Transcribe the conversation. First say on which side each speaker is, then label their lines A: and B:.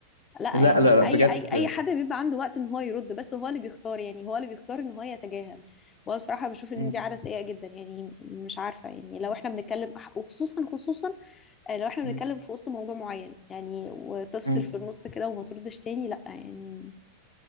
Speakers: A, on the left; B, on the left.
A: لا
B: لا
A: يعني
B: لا لا بجد
A: اي اي اي حد بيبقى عنده وقت ان هو يرد بس هو اللي بيختار يعني هو اللي بيختار ان هو يتجاهل وانا بصراحة بشوف ان
B: م-
A: دي عادة سيئة جدا يعني مش عارفة يعني لو احنا بنتكلم وخصوصا خصوصا آه، لو احنا بنتكلم
B: م-
A: في وسط موضوع معين يعني وتفصل
B: م-
A: في النص كده وما تردش تاني لا يعني